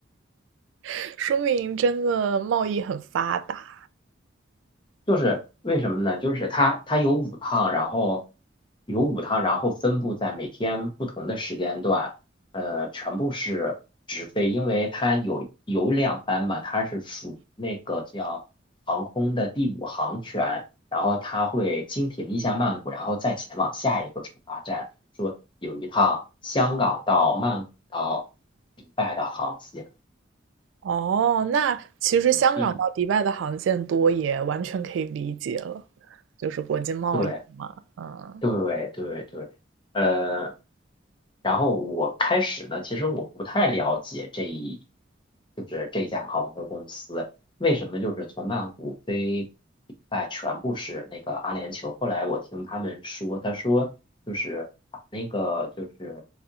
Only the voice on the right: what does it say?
<laughs> 说明真的贸易很发达。
哦，那其实香港到迪拜的航线多，
也完全可以理解了，就是国际贸易嘛，
嗯